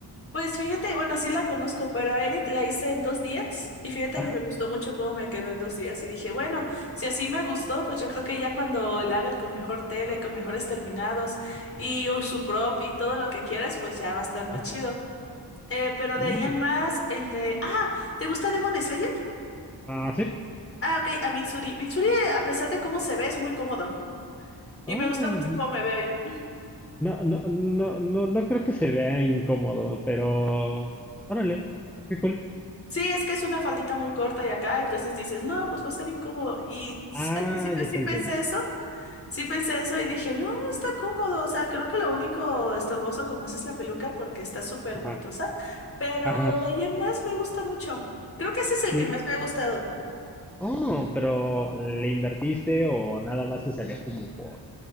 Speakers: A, on the left; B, in the centre.
A: Pues fíjate, bueno, sí la conozco, pero a Edith la hice en dos días y fíjate
B: Ajá,
A: que me gustó mucho cómo me quedó en dos días y dije, bueno, si así me gustó, pues yo creo que ya cuando la haga con mejor tela y con mejores terminados y o su prop y todo lo que quieras, pues ya va a estar más
B: ajá.
A: chido. Eh, pero
B: Mm,
A: de ahí en más, el de... Ah, ¿te gusta Demon Slayer?
B: Ah, sí.
A: Ah, ok, a Mitsuri. Mitsuri, eh, a pesar de cómo se ve, es muy cómodo y
B: Ah,
A: me gusta mucho cómo me veo ahí.
B: no, no, no, no, no creo que se vea incómodo, pero... Órale, qué cool.
A: Sí, es que es una faldita muy corta y acá, entonces dices, no, pues va a ser incómodo. Y sí,
B: Ah,
A: al principio
B: ya
A: sí
B: te
A: pensé
B: entiendo.
A: eso, sí pensé eso y dije, no, está cómodo, o sea, creo que lo único estorboso como es es la peluca porque está súper
B: Ajá,
A: bultosa, pero
B: ajá.
A: de ahí en más me gusta mucho. Creo que ese es el
B: Sí.
A: que más me ha gustado.
B: Oh, pero ¿le invertiste o nada más te salió como por